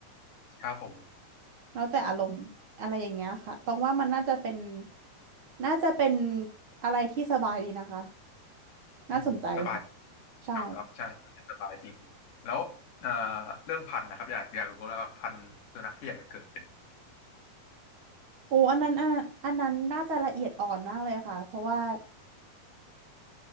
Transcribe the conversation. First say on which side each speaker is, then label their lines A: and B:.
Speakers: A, on the left; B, on the right.
A: ครับผม
B: แล้วแต่อารมณ์อะไรอย่างเงี้ยค่ะตรงว่ามันน่าจะเป็นน่าจะเป็นอะไรที่สบายดีนะคะ
A: อืมสบายจริง
B: น่าสนใจค่ะใช่
A: ยอมรับใช่น่าจะสบายจริงแล้วเอ่อเรื่องพันธุ์นะครับอยากอยากรู้แล้วว่าพันธุ์สุนัขที่อยากจะเกิดเป็น
B: โอ้อันนั้นอ่ะอันนั้นน่าจะละเอียดอ่อนมากเลยค่ะเพราะว่า